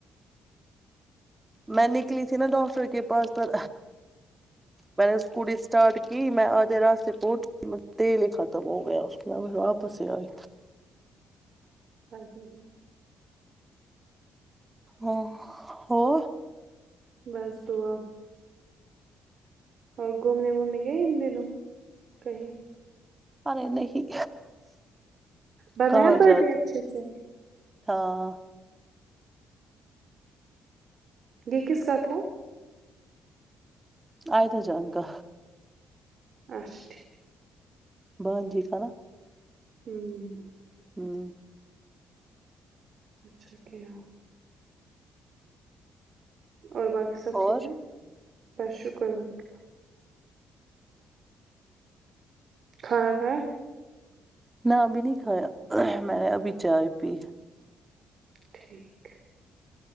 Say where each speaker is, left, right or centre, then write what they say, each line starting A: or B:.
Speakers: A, on the right (about 20°); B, on the right (about 60°).
A: میں نکلی تھی نا ڈاکٹر کے پاس پر میں نے اسکوٹی اسٹارٹ کی میں آدھے راستے سے پہنچی تیل ہی ختم ہو گیا پھر واپس ہی آئے
B: ہاں جی جی
A: ہاں ہاں
B: بس دعا اور گھومنے وومنے گئے ان دنوں کہیں
A: ارے نہیں
B: بنایا
A: کہاں
B: برتھ
A: جات
B: ڈے اچھے سے
A: ہاں
B: یہ کس کا تھا
A: آئے تھے جان کا
B: اچھا ٹھیک
A: بند جی کر
B: ہوں
A: ہوں
B: اچھا کیا اور باقی سب ٹھیک
A: اور
B: ہیں بس شکر الحمکہ کھانا کھایا
A: نہ ابھی نہیں کھایا میں نے ابھی چائے پی
B: ٹھیک ہے